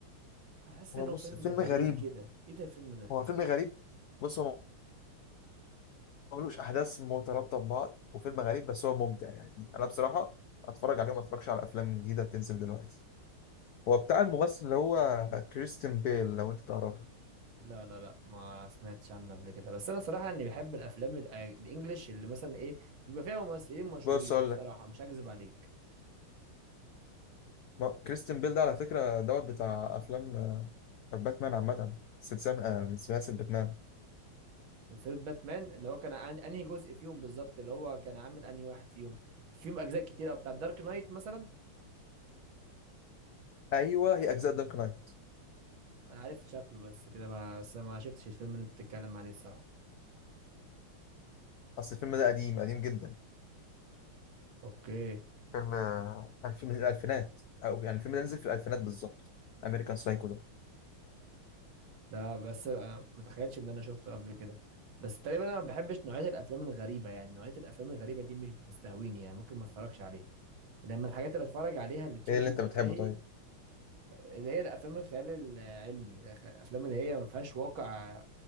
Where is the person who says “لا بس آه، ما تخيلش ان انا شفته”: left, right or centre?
Right